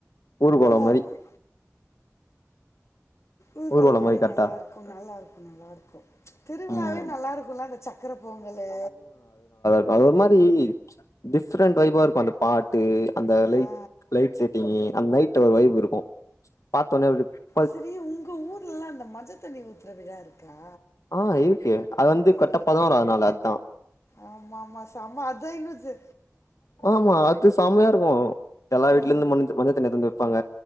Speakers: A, on the left (about 80°); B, on the left (about 60°).
A: ஊர்கோலம்
B: நல்லாருக்கு
A: மாரி
B: ஊர்வலம்
A: ஊர்கோலம்
B: மாரி
A: கரெக்டா
B: நல்லா இருக்கு நல்லாருக்கு நல்லாருக்கு திருவிழாவே
A: ம்
B: நல்லா இருக்குல்ல அந்த சக்கர பொங்கலு
A: அத ஒரு மாரி டிஃப்ரெண்ட் ஃவைபா இருக்கு அந்த பாட் ட்டு அந்த லைட்
B: ஆ
A: லைட் செட்டிங்கி அந்த நைட்ல ஒரு வைஃபு இருக்கு பாத்தோன்னே அப்டே
B: செரி உங்க ஊர்லலா அந்த மஞ்ச தண்ணி ஊத்துற விழா இருக்கா
A: ஆ இருக்கே அது வந்து
B: ஆ
A: கரட்டா பதினோராது நாள் அதா
B: ஆமா ஆமா சம அதா இன்னு சே
A: ஆமா அது சமயா இருக்கு எல்லா வீட்லேந்து
B: ஆ
A: மஞ் மஞ்ச தண்ணிய எத்து வந்து வைப்பாங்க